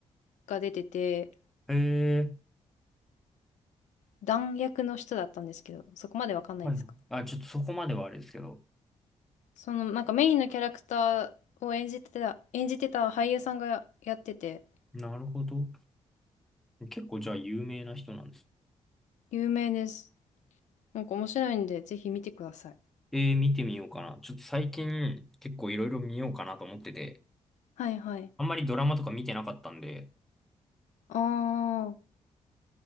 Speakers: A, on the left; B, in the centre.
A: が出てて、
B: へえ。
A: 弾薬の人だったんですけど、そこまでわかんないですか
B: はいあ、ちょっとそこまではあれですけど。
A: その、なんかメインのキャラクターを演じてた、演じてた俳優さんがやってて、
B: なるほど。結構じゃあ有名な人なんです。
A: 有名です。なんか面白いんで、ぜひ見てください。
B: えー、見てみようかな。ちょっと最近結構いろいろ見ようかなと思ってて。
A: はいはい。
B: あんまりドラマとか見てなかったんで、
A: ああ、